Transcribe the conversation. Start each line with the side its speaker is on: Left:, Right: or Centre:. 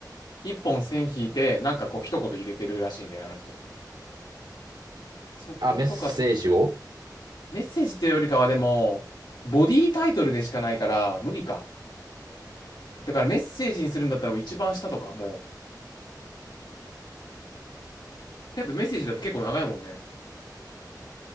Left: 一本線引いて、なんかこう一言入れてるらしいんだよね、あの人って。そことか、
Right: あ、メッセージを
Left: メッセージっていうよりかはでも、ボディタイトルでしかないから、無理か。だからメッセージにするんだったらもう一番下とか、もう、けどメッセージだって結構長いもんね。